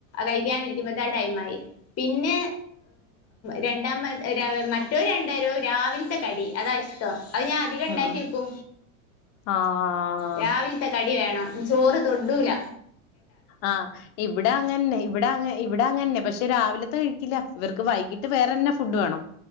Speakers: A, on the left (about 35°); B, on the left (about 60°).
A: ക ആ ടൈ ആയി. പിന്നെ രണ്ടാമ മറ്റവരു രണ്ടരും രാവിലത്തെ കടി അതാ ഇഷ്ടം അത് ഞാൻ അധികം ഉണ്ടാക്കി
B: ആഹ്
A: വെക്കൂ
B: ആഹ്
A: രാവിലത്തെ കടി വേണം ചോറ് തൊടുല
B: ആഹ് ഇവിടെ അങ്ങനെ ഇവിടെ അ ഇവിടെ അങ്ങന്നെ പക്ഷെ രാവിലത്തെ കഴിക്കില്ല ഇവർക്ക് വൈകിട്ട് വേറെന്ന ഫുഡ് വേണം